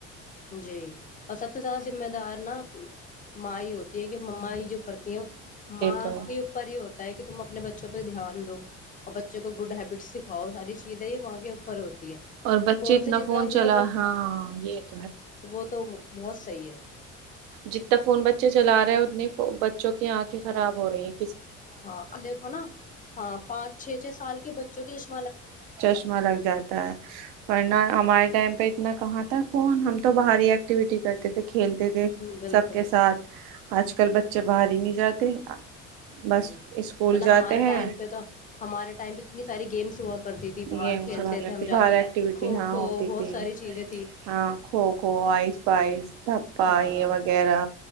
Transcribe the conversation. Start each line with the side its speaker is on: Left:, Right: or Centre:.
Left: جی اور سب سے زیادہ ذمہ دار نا ماں یہ ہوتی ہے کہ ما یہ جو کرتی ہیں ماں
Right: تو ہے
Left: کے اوپر یہ ہوتا ہے کہ تم اپنے بچوں پہ دھیان دو اور بچوں کو گڈ ہیبٹس سکھاؤ ساری چیزیں یہ وہاں کے اوپر ہوتی ہے
Right: اور بچے اتنا
Left: سے جتنا
Right: فون
Left: دور
Right: چلا
Left: رکھو
Right: ہاں ایک
Left: وہ تو بہت صحیح ہے
Right: جتنا فون بچے چلا رہے ہیں اتنے بچوں کی آنکھیں خراب ہو رہی ہیں
Left: ہاں ال ہو نا ہاں پانچ چھ چھ سال کے بچے جوونک
Right: چشمہ لگ جاتا ہے ورنہ ہمارے ٹائم اتنا کہاں تھا فون ہم تو باہر ہی ایکٹیویٹی کرتے تھے کھیلتے تھے
Left: بالکل
Right: سب کے ساتھ آج کل بچے باہر ہی نہیں جاتے بس
Left: ہ
Right: اسکول
Left: من
Right: جاتے
Left: ہمارے
Right: ہیں
Left: ٹائم پہ تو ہمارے ٹائم پہ کتنی ساری گیمس ہوا کرتی تھی باہر
Right: گیم
Left: کھیلتے
Right: ہوا کرتی
Left: تھے ہم جا
Right: باہر
Left: کے
Right: ایکٹیوٹی
Left: کھو
Right: ہاں
Left: کھو
Right: ہوتی
Left: بہت
Right: تھی
Left: ساری چیزیں تھی
Right: ہاں کھو کو فائیو پپا
Left: ہاں
Right: یہ وغیرہ